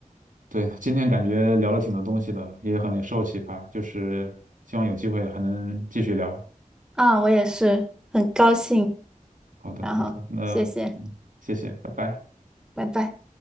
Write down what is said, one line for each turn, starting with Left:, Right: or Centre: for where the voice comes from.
Right: 对，今天感觉聊了挺多东西的，也很受启发，就是希望有机会还能继续聊。
Centre: 啊，我也是，很高兴，
Right: 好的，
Centre: 然后谢谢，
Right: 好的，那嗯，谢谢，拜拜。
Centre: 拜拜。